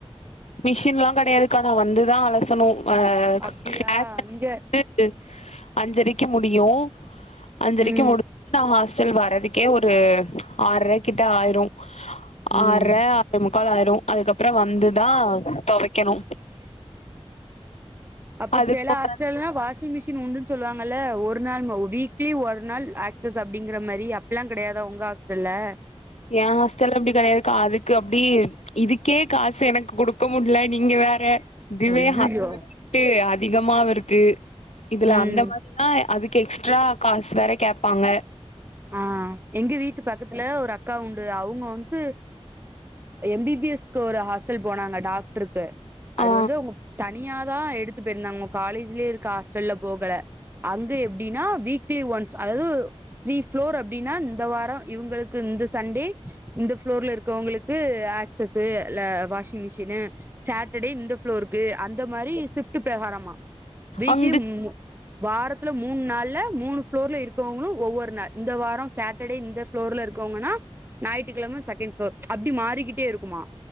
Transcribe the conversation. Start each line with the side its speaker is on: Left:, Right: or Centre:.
Left: மிஷின் எல்லா கெடையாதுக்கா நா வந்துதா அலசணு ஆ <unintelligible>
Right: அப்டியா இங்க
Left: அஞ்சரிக்கு முடியு அஞ்சரிக்கு
Right: ம்
Left: முடிசு நா ஆஸ் செல் வர்துக்கே ஒரு ஆறரை கிட்ட ஆயிரு
Right: ம்
Left: ஆற ஆற முக் க்காலயிரு அதுக்கப்புறோ வந்துதா தொவைக்கணு
Right: அப்ப
Left: அதுக்கு
Right: செல ஆஸ்டலுனா வாஷிங் மிஷின் உண்டு சொல்லுவாங்கல்ல ஒரு நாள் வீக்லி ஒரு நாள் ஆக்டர்ஸ் அப்டிங்கிற மாரி அப்பெல்லா கெடையாத ஒங்க ஹாஸ்ட்டல ஆ
Left: ஏன் ஹாஸ்டல்ல அப்டி கெடையாதுக்கு அப்டி இதுக்கே காசு எனக்கு கொடுக்க முடியல நீங்க வே வேற திவே
Right: அய்யய்யோ
Left: ஹாஸ்டல்லவிட்டு அதிகமா வருது இதுல
Right: ம்
Left: அந்த மாரிதா அதுக்கு எக்ஸ்ட்ரா காசு வேற கேட்பாங்க
Right: ஆ எங்க வீட்டு பக்கத்துல ஒரு ஆ அக்கா உண்டு அவங்க வந்து எம் பி பி எஸ் க்கு ஒரு ஹாஸ்டல் போனாங்க டாக்டருக் கு அது
Left: ஆ
Right: வந்து அவுங்க தனியாதா எடுத்து போயிருந்தாங்க காலேஜிலயே இருக்க ஹாஸ்டல்ல போகல அங்க எப்டின்னா வீக்லி ஒன்ஸ் அதாது த்ரீ ஃப்ளோர் அப்டின்னா இந்த வாரோ இவுங்களுக்கு இந்த சண்டே இந்த ஃப்ளோர்ல இருக்கவங்களுக்கு அ ஆக்சசு ல வாஷிங் மிஷினு சாட்டர்டே இந்த ஃப்ளோரு க்கு அந்த மாரி ஷிப்ட்டு பிரகாரமா வீக்லி
Left: அங்து
Right: ம்மு வாரத்துல மூண் நாள்ல மூணு ஃப்ளோர்ல இருக்கவங்களு ஒவ்வொரு னா இந்த வாரோ சாட்டர்டே இந்த ஃப்ளோர்ல இருக்கவங்கன்னா ஞாயிற்றுக்கிழம செகேண்ட் ஃப்ளோர் அப்டி மாறிக்கிட்டே இருக்குமா